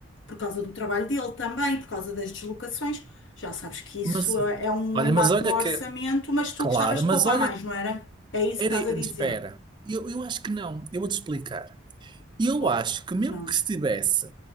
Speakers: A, on the left; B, on the right.
A: por causa do trabalho dele também, por causa das deslocações. Já sabes que isso
B: Mas
A: é é um
B: olha,
A: embate
B: mas olha
A: no orçamento,
B: que. é
A: mas tu
B: Claro,
A: gostavas de
B: mas
A: poupar
B: olha
A: mais, não era? É isso
B: era.
A: que estás a dizer.
B: Espera. Eu, eu acho que não. Eu vou-te explicar. Eu
A: Oh,
B: acho que mesmo
A: não.
B: que se tivesse.